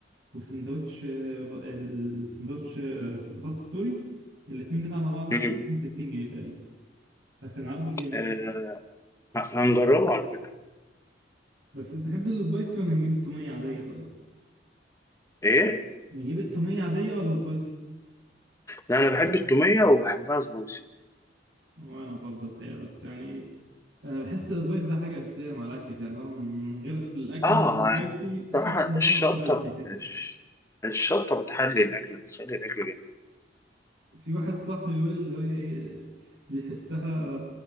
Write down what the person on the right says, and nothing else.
وسندوتش ب- السندوتش بطاطس سوري الاتنين كده على بعض بخمسين
ستين جنيه تقريبا فكان عرض جامد
بس انت تحب السبايسي ولا نجيب التومية عادية طيب؟
نجيب التومية عادية ولا سبايسي؟
وأنا برضه الحقيقة بس يعني انا بحس السبايسي ده حاجه اساسيه مع الاكل كده اللي هو من غير الاكل
مش سبايسي
احس ان ناقص
ملح كده
في واحد صاحبي بيقول اللي هي ايه بيحسها